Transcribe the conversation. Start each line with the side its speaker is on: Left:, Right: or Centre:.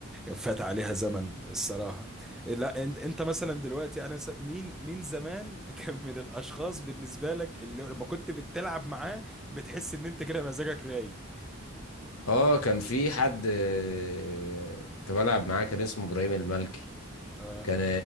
Centre: فات عليها زمن الصراحة لا انت انت مثلا دلوقتي يعني مثلاً مين مين زمان <laughs> كان من الأشخاص بالنسبة لك اللي لما كنت بتلعب معاه بتحس إن انت كده مزاجك رايق
Left: اه كان في حد آه، كنت بلعب معاه كان اسمه ابراهيم المالكي
Centre: اه
Left: كان